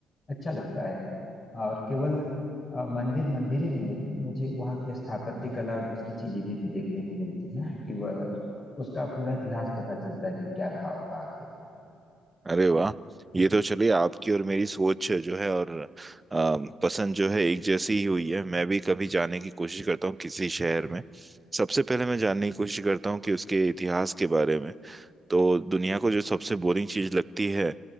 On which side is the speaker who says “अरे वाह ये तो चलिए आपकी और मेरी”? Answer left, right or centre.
Right